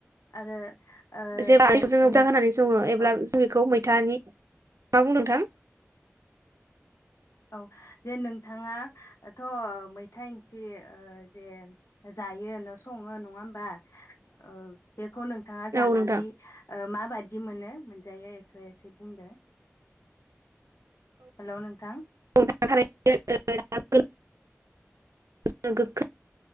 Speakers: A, on the left; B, on the right.
A: आरो ओ
B: जेब्ला
A: जेन
B: जोङो
A: ओ
B: बुरजा
A: नो
B: होनानै सङो अब्ला
A: औ।
B: <unintelligible> मा बुंदों नोंथां?
A: औ जे नोंथाङाथ' मैथा इंख्रि ओ जे जायो न सङो नङा होमबा? ओ बे खौ नोंथाङा जानानै
B: औ नोंथां
A: ओ माबायदि मोनो मोनजायो एखौ एसे बुंदो हेल' नोंथां
B: <unintelligible> दै